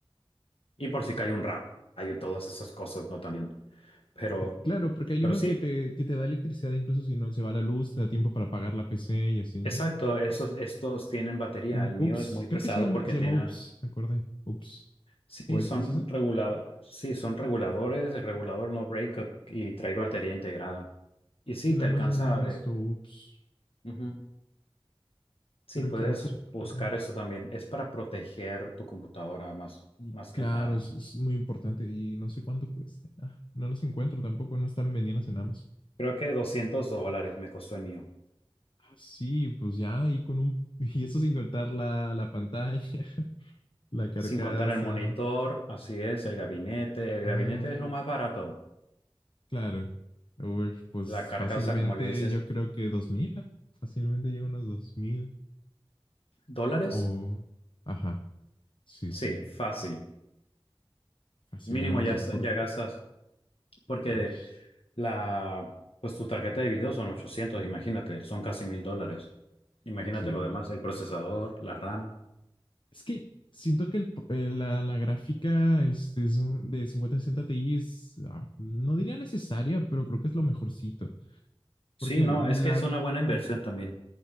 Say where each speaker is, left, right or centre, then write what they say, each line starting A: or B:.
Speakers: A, on the left (about 80°); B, on the left (about 60°).
A: Y por si cae un rayo y todas esas cosas, ¿no? También. Pero,
B: Claro, porque hay
A: pero
B: uno
A: sí,
B: que te, que te da electricidad incluso si no se va la luz, te da tiempo para apagar la PC y así,
A: exacto,
B: ¿no?
A: esos, estos tienen batería.
B: Un
A: El mío
B: UPS,
A: es muy pesado
B: creo que se llama,
A: porque
B: se
A: tiene...
B: llama UPS, me acordé, UPS.
A: Sí,
B: ¿O es,
A: son
B: es esa?
A: reguladores. Sí, son reguladores, el regulador no break y trae batería integrada. Y sí,
B: Es que en
A: te
B: Amazon
A: alcanza
B: no he visto
A: de...
B: UPS,
A: Ujú. Sí,
B: pero
A: puedes
B: quiero comprarme.
A: buscar eso también. Es para proteger tu computadora más,
B: Y
A: más
B: claro,
A: que nada.
B: es, es muy importante y no sé cuánto cuesta. Ay, no los encuentro tampoco, no están vendidos en Amazon.
A: Creo que 200 dólares me costó el mío.
B: Ah, sí, pues ya ahí con un... <laughs> Y eso sin contar la, la pantalla, <laughs> la carcasa.
A: Sin contar el monitor, así es, el gabinete. El
B: Ay,
A: gabinete es lo más barato.
B: Claro. Uy, pues
A: La carcasa,
B: fácilmente
A: como le dices,
B: yo creo que 2000, ¿no? Fácilmente llega unos 2000
A: ¿dólares?
B: o... Ajá, sí,
A: Sí,
B: sí.
A: fácil.
B: Fácil
A: Mínimo
B: llega unos
A: ya,
B: dos
A: ya
B: por...
A: gastas, porque
B: Uy,
A: la, pues tu tarjeta de video son 800. imagínate, son casi mil dólares. Imagínate
B: sí.
A: lo demás, el procesador, la RAM.
B: Es que siento que el pro- eh, la, la gráfica este, es un- de cincuenta sesenta Ti es... ah, no diría necesaria, pero creo que es lo mejorcito.
A: Sí,
B: Porque la,
A: no, es que es una buena inversión
B: la,
A: también.